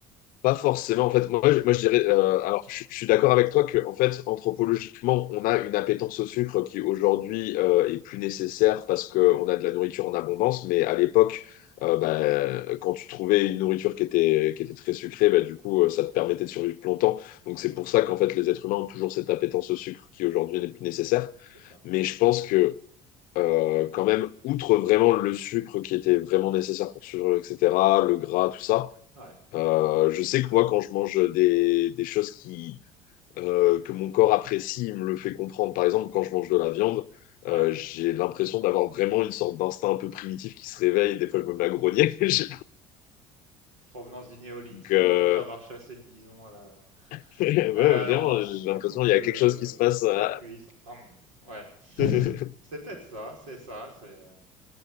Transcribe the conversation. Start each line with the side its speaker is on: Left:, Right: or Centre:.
Left: Pas forcément. En fait, moi,
Right: sucrées.
Left: je, moi, je dirais. euh, alors, je, je suis d'accord avec toi que, en fait, anthropologiquement, on a une appétence au sucre qui aujourd'hui euh, est plus nécessaire parce qu'on
Right: Ouais,
Left: a de la nourriture en abondance. Mais à l'époque, euh, bah, quand tu trouvais une nourriture qui était, qui était très sucrée, bah, du coup, euh, ça te permettait de survivre plus longtemps. Donc,
Right: ouais,
Left: c'est pour ça qu'en fait, les êtres humains ont toujours cette appétence au sucre qui aujourd'hui n'est plus nécessaire.
Right: c'est ça.
Left: Mais je pense que, euh, quand même, outre vraiment le sucre qui était vraiment nécessaire pour survivre, etc., le gras, tout ça.
Right: Ouais,
Left: Euh, je sais que moi, quand je mange des, des choses qui, euh, que mon corps apprécie, il me le fait comprendre. Par exemple, quand je mange de la viande,
Right: ouais.
Left: euh, j'ai l'impression d'avoir vraiment une sorte d'instinct un peu primitif qui se réveille. Des fois, je me mets à grogner. <laughs> Je-
Right: Provenance du néolithique,
Left: Donc, euh,
Right: après avoir chassé le bison à la,
Left: <laughs> ouais,
Right: à la
Left: vraiment,
Right: lance,
Left: j'ai
Right: tu
Left: l'impression
Right: coupes
Left: qu'il
Right: le-
Left: y a quelque chose qui se passe. à-
Right: la cuisse. Hum, ouais,
Left: <laughs>
Right: c'est peut-être ça, c'est ça, c'est